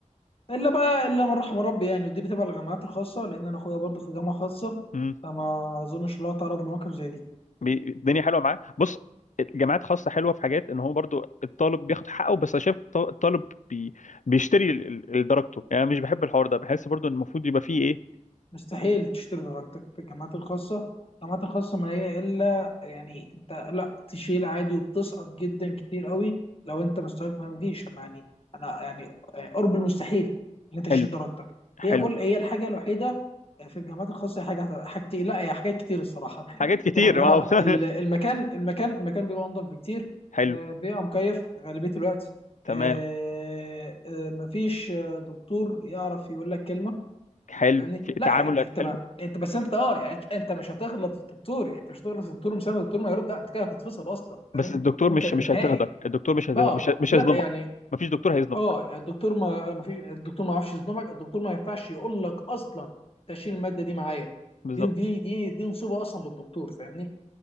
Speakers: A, on the left (about 50°); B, on the left (about 80°).
A: إلا بقى إلا من رحم ربي يعني ودي بتبقى الجامعات الخاصة لأن أنا أخويا برضه في جامعة خاصة
B: فاهم
A: فما أظنش إن هو تعرض لمواقف زي دي
B: بي- الدنيا حلوه معاه بص الجامعات خاصه حلوه في حاجات ان هو برضو الطالب بياخد حقه بس انا شايف الط- الطالب بي بيشتري ال- ال- درجته يعني أنا مش بحب الحوار ده بحس برضو ان المفروض يبقى فيه ايه
A: مستحيل تشتري درجتك في الجامعات الخاصة الجامعات الخاصة ما هي إلا يعني أنت لا تشيل عادي وبتسقط جدا كتير قوي لو أنت مستواك ما فيش يعني أنا يعني قرب المستحيل إن أنت تشيل
B: حلو
A: درجتك
B: حلو
A: هي كل هي الحاجة الوحيدة في الجامعات الخاصة هي حاجة واحدة- حاجتي لا هي حاجات كتير الصراحة <laughs>
B: حاجات كتير
A: يعني
B: واو.
A: اه
B: <laughs>
A: ال- المكان المكان المكان بيبقى أنضف بكتير
B: حلو
A: آه، بيبقى مكيف غالبية الوقت
B: تمام
A: آه، آه، مفيش آه، دكتور يعرف يقول لك كلمة
B: حلو
A: فاهمني
B: في تعاملات
A: لا يعني انت
B: حلو
A: ما انت بس انت اه يعني انت, انت مش هتغلط في الدكتور يعني انت مش هتغلط في الدكتور مش الدكتور ما يرد لا انت كده هتتفصل اصلا فاهم
B: بس الدكتور
A: يمكن
B: مش مش
A: نهائي
B: هيضطهدك الدكتور مش
A: بقى
B: هيض- مش مش
A: لا
B: هيظلمك
A: يعني
B: مفيش دكتور هيظلمك
A: اه الدكتور ما ما فيش الدكتور ما يعرفش يظلمك الدكتور ما ينفعش يقول لك اصلا انت شيل الماده دي معايا
B: بالظبط
A: دي دي دي دي نصيبه اصلا للدكتور فاهمني